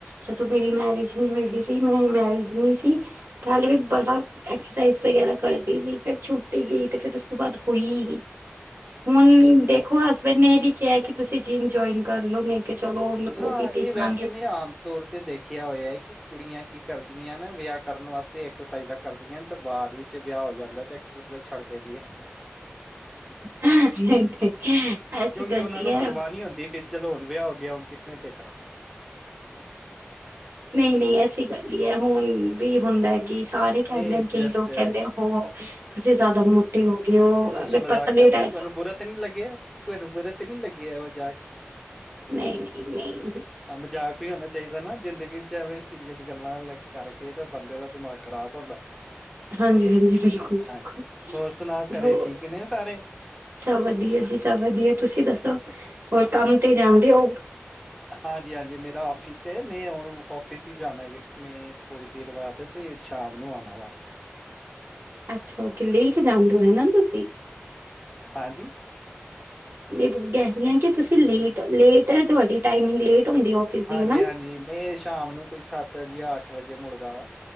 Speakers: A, on the right; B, in the centre.
A: ਜਦੋਂ ਮੇਰੀ ਮੈਂ <unintelligible> ਨਹੀਂ ਹੋਈ ਦੀ ਸੀ। ਮੈਂ <unintelligible> ਨੀ ਸੀ, ਪਹਿਲੇ ਵੀ ਬੜਾ ਐਕਸਰਸਾਈਜ਼ ਵਗੈਰਾ ਕਰਦੀ ਸੀ। ਫੇਰ ਛੁੱਟ ਈ ਗਈ, ਤੇ ਫਿਰ ਉਸ ਤੋਂ ਬਾਅਦ ਹੋਈ ਨੀ ਹੁਣ, ਦੇਖੋ
B: ਉਹ
A: ਹਸਬੈਂਡ ਨੇ ਇਹ ਵੀ ਕਿਹਾ ਕਿ ਤੁਸੀਂ ਜਿੰਮ ਜੋਇਨ ਕਰ ਲਓ, ਮੈਂ ਕਿਹਾ ਚਲੋ ਉਹ
B: ਹਾਂ,
A: ਵੀ
B: ਇਹ
A: ਦੇਖ
B: ਵੈਸੇ
A: ਲਾਂਗੇ।
B: ਮੈਂ ਆਮ ਤੌਰ ਤੇ ਦੇਖਿਆ ਹੋਇਆ ਕਿ ਕੁੜੀਆਂ ਕੀ ਕਰਦੀਆਂ ਨਾ ਵਿਆਹ ਕਰਨ ਵਾਸਤੇ ਐਕਸਰਸਾਈਜ਼ਾਂ ਕਰਦੀਆਂ, ਤੇ ਬਾਅਦ ਵਿੱਚ ਵਿਆਹ ਹੋ ਜਾਂਦਾ, ਤਾਂ ਐਕਸਸਾਈਜ਼ ਛੱਡ ਦਿੰਦੀ ਆ
A: ਨਹੀਂ-ਨਹੀਂ
B: ਕਿਉਂਕਿ
A: ਐਸੀ ਗੱਲ
B: ਉਹਨਾਂ
A: ਨੀ
B: ਨੂੰ
A: ਹੈ।
B: ਪਰਵਾਹ ਨਹੀਂ ਹੁੰਦੀ ਇਹ ਚੀ ਚਲੋ, ਹੁਣ ਵਿਆਹ ਹੋ ਗਿਆ, ਹੁਣ ਕਿਸਨੇ ਦੇਖਣਾ?
A: ਨਹੀਂ-ਨਹੀਂ, ਐਸੀ ਗੱਲ ਨੀ ਐ ਹੁਣ ਰ ਵੀ ਹੁੰਦਾ ਕਿ ਸਾਰੇ ਕਹਿੰਦੇ
B: ਮੈਂ
A: ਕਈ
B: ਜਸਟ
A: ਲੋਕ ਕਹਿੰਦੇ ਹੋ ਤੁਸੀਂ ਜ਼ਿਆਦਾ ਮੋਟੇ ਹੋ। ਗਏ ਹੋ
B: ਮੈਂ ਜਸ਼ਟ
A: ਅਗਰ
B: ਮਜ਼ਾਕ
A: ਪਤਲੇ
B: ਕਰ ਰਿਹਾ
A: ਰਹਿ ਜਾਓ
B: ਤੁਹਾਨੂੰ ਬੁਰਾ ਤਾਂ ਨੀ ਲੱਗਿਆ, ਤੁਹਾਨੂੰ ਬੁਰਾ ਤੇ ਨੀ ਲੱਗਿਆ ਮਜ਼ਾਕ।
A: ਨਹੀਂ ਨਹੀਂ ਨਹੀਂ
B: ਹਾਂ, ਮਜ਼ਾਕ ਵੀ ਹੋਣਾ ਚਾਹੀਦਾ ਨਾ, ਜ਼ਿੰਦਗੀ ਐਵੇਂ ਸੀਰੀਅਸ ਗੱਲਾਂ ਲ ਕਰਕੇ ਤਾਂ ਬੰਦੇ ਦਾ ਦਿਮਾਗ ਖ਼ਰਾਬ ਹੁੰਦਾ।
A: ਹਾਂਜੀ-ਹਾਂਜੀ, ਬਿਲਕੁਲ, ਬਿਲਕੁਲ।
B: ਹਾਂਜੀ, ਹੋਰ ਸੁਣਾ ਘਰੇ
A: ਹੋਰ,
B: ਠੀਕ ਨੇ ਸਾਰੇ?
A: ਸਭ ਵਧੀਆ ਜੀ, ਸਭ ਵਧੀਆ। ਤੁਸੀਂ ਦੱਸੋ? ਹੋਰ ਕੰਮ ਤੇ ਜਾਂਦੇ ਹੋ?
B: ਹਾਂਜੀ-ਹਾਂਜੀ, ਮੇਰਾ ਆਫਿਸ ਏ। ਮੈਂ ਹੁਣ ਆਫਿਸ ਹੀ ਜਾਣਾ ਮੈਂ ਥੋੜੀ ਦੇਰ ਬਾਅਦ ਤੇ ਫੇਰ ਸ਼ਾਮ ਨੂੰ ਆਣਾ ਵਾਪਸ
A: ਅੱਛਾ ਉਕੇ, ਲੇਟ ਜਾਂਦੇ ਹੋਣੇ ਨਾ ਤੁਸੀਂ?
B: ਹਾਂਜੀ।
A: ਮੈਂ ਕਹਿ ਰੀ ਆ ਕਿ ਤੁਸੀਂ ਲੇਟ-ਲੇਟ ਐ ਤੁਹਾਡੀ ਟਾਈਮਿੰਗ ਲੇਟ ਹੁੰਦੀ ਆਫਿਸ ਦੀ
B: ਹਾਂਜੀ,
A: ਹਨਾ
B: ਹਾਂਜੀ, ਮੈਂ ਸ਼ਾਮ ਨੂੰ ਕੋਈ ਸੱਤ ਜਾਂ ਅੱਠ ਵਜੇ ਮੁੜਦਾ ਵਾਂ।